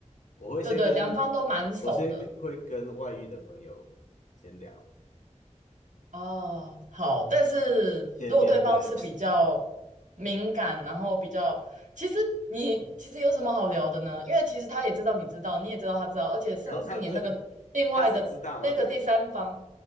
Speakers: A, on the left (about 75°); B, on the right (about 80°).
A: 我会先跟
B: 对对，两方都蛮熟的，
A: 我先跟会跟外遇的朋友先聊，
B: 哦，好，但是如果对方是比较敏感，
A: 先面对，
B: 然后比较，其实你其实有什么好聊的呢？因为其实他也知道你知道，你也知道他知道，而且甚至连那个另外的那个第三方，
A: 然后他 <laughs> 他是知道吗？